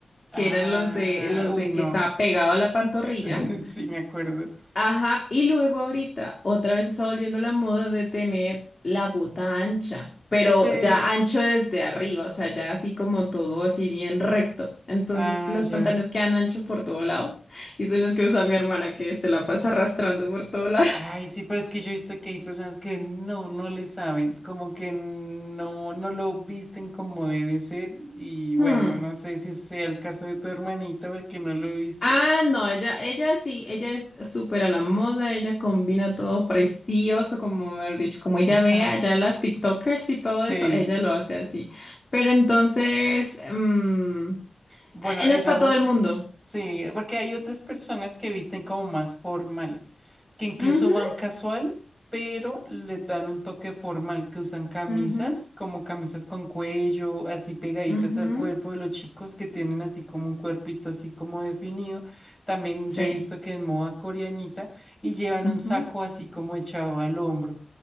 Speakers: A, in the centre; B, on the left.
A: Ah,
B: que eran los de, los
A: uy,
B: de
A: no.
B: que estaba pegado a la pantorrilla.
A: <laughs> Sí, me acuerdo.
B: Ajá, y luego ahorita otra vez está volviendo la moda de tener la bota ancha, pero
A: Ese.
B: ya ancho desde arriba, o sea, ya así como todo así bien recto. Entonces
A: Ah,
B: los
A: ya.
B: pantalones quedan anchos por todo lado y son los que usa mi hermana que se la pasa arrastrando por todo lado. <laughs>
A: Ay, sí, pero es que yo he visto que hay personas que no, no le saben, como que no, no lo visten como debe ser. Y bueno,
B: Hmm.
A: no sé si sea el caso de tu hermanita, porque no lo he visto.
B: Ah, no, ella, ella sí, ella es súper a la moda, ella combina todo precioso, como me han dicho, como
A: <laughs>
B: ella vea ya las TikTokers y todo
A: Sí,
B: eso, ella lo hace así. Pero entonces, mm,
A: Bueno,
B: Eh,
A: digamos,
B: No es para todo el mundo.
A: sí, porque hay otras personas que visten como más formal, que incluso
B: Ujú,
A: van casual, pero les dan un toque formal, que usan camisas,
B: ujú,
A: como camisas con cuello, así pegaditas
B: ujú,
A: al cuerpo de los chicos que tienen así como un cuerpito así como definido. También
B: Sí.
A: yo he visto que en moda coreanita y llevan
B: ujú,
A: un saco así como echado al hombro.